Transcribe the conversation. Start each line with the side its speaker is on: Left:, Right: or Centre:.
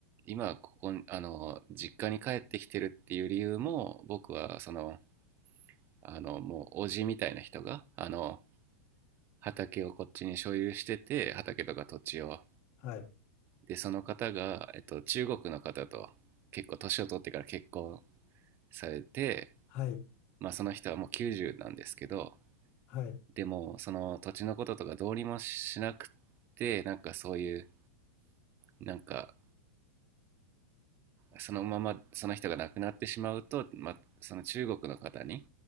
Right: 今ここにあの実家に帰ってきてるっていう理由も僕はそのあのもうおじみたいな人があの畑をこっちに所有してて畑とか土地を
Left: はい。
Right: でその方が、えっと、中国の方と結構年を取ってから結婚されて、
Left: はい。
Right: まあ、その人はもう90なんですけど
Left: はい。
Right: でもその土地のこととかどうにもしなくてなんかそういうなんかそのままその人が亡くなってしまうと、まあ、その中国の方に